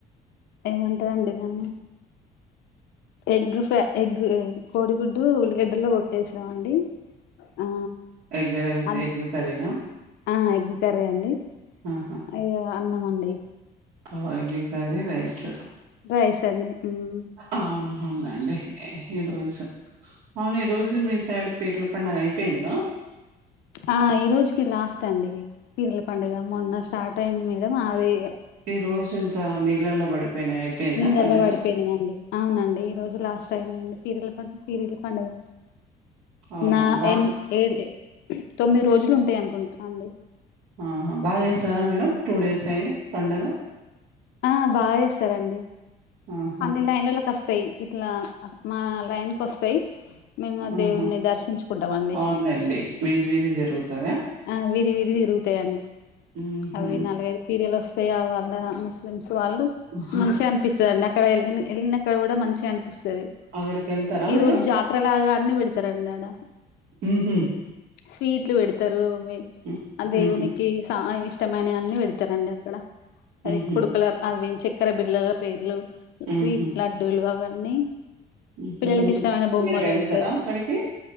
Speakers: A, on the left; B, on the right.
A: ఏమంటారండి దాన్ని ఎగ్ ఫై ఎగ్ కోడిగుడ్డు ఉల్లిగడ్డలో కొట్టేసినామండి. ఆ
B: ఎగ్ రైస్
A: అం
B: ఎగ్ కర్రీనా
A: ఆ ఎగ్గు కర్రీ అండి.
B: ఆహా
A: అయ్యో అన్నమండి.
B: ఆ ఎగ్ కర్రీ రైస్.
A: రైస్ అండి. మ్మ్
B: అవును అవునులేండి. ఈ రోజు అవును ఈ రోజు మీ సైడ్ పీర్ల పండగ అయిపోయిందా.
A: ఆ ఈ రోజుకి లాస్ట్ అండి పీర్ల పండుగ. మొన్న స్టార్ట్ అయింది మేడం అది
B: ఈ రోజు ఇంకా నీళ్ళల్లో పడిపోయినాయి. అయిపోయిందా
A: ఈ నేల
B: పండగ
A: వాడి పెళ్ళండి ఆ అవునండి ఈ రోజు లాస్ట్ అయినాండి పీర్ల పండ్ పీర్ల పండగ
B: అవునవును
A: నా
B: బా
A: ఏ ఏ తొమ్మిది రోజులు ఉంటాయి అనుకుంట అండి
B: ఆహ బాగా చేస్తారా మేడం టూ డేస్ అయ్యి పండగ
A: ఆ బాగా చేస్తారండి
B: ఆహా!
A: అన్ని లైన్లలకు వస్తాయి ఇట్లా మా లైన్ కి వస్తాయి మేము ఆ
B: ఆహా!
A: దేవుని దర్శించుకుంటాం అండి
B: అవునులెండి. వీధి వీధి జరుగుతదా?
A: ఆ విధి విధి తిరుగుతాయండి
B: హుహు.
A: అవి నాలుగైదు పీరియలు వస్తాయివళ లా ముస్లిమ్స్ వాళ్ళు
B: ఆహా!
A: మంచిగా అనిపిస్తందిండి అక్కడ వెళ్ళ వెళ్ళినక్కడ కూడా మంచిగా అని ఇస్తాది
B: అక్కడికెళ్తారా
A: ఈ
B: మీరు?
A: రోజు జాతరలాగా అన్ని పెడతారండి ఆడ
B: హుహు.
A: స్వీట్లు పెడుతు <unintelligible>
B: హ్మ్.
A: అ దేవునికి
B: హుహు.
A: సానా ఇష్టమైనవని పెడతారండి అక్కడ అవి
B: హుహు.
A: కొడుకుల అవ చక్కెర బిళ్లల పేర్లు
B: హుహు.
A: స్వీట్ లడ్డూలు అవన్ న్నీ
B: హుహు.
A: పిల్లలలకు ఇష్టమైన బొమ్మలు
B: మీరు వెళ్తారా
A: పెడతారు
B: అక్కడికి?